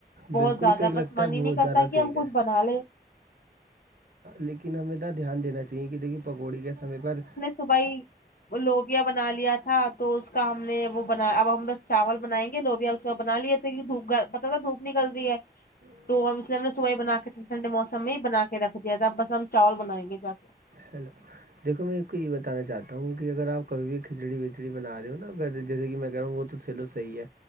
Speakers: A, on the left (about 55°); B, on the right (about 55°).
A: بہت
B: بالکل
A: زیادہ
B: سیک لگتا
A: بس من
B: ہے
A: ہی
B: بہت
A: نہیں کرتا
B: زیادہ
A: کہ
B: سیک
A: ہم کچھ
B: ہے
A: بنا لیں
B: لیکن ہمیں د دھیان دینا چاہیے کہ دیکھیے پکوڑی کے سمے پر
A: صبائی لوبیا بنا لیا تھا تو اس کا ہم نے وہ بنا اب ہم بس چاول بنائیں گے لوبیا اس کا بنا لیا کی دھوپ پتاہ تھا دھوپ نکلتی ہے
B: ج
A: تو ا اس لیے ہم نے سوائی بنا کے ٹ ٹھڈے موسم میں ہی بنا کے رکھ دیا تھا بس ہم چاول بنائیں گے جا کے
B: ہیلو دیکو میں ایک کو یہ بتانا چاہتا ہوں کہ اگر آپ کبھی بھی کھچڑی وچڑی بنا رہے ہو نا اگر جیسے کہ میں کہ رہا ہوں وہ تو چلو صحی ہے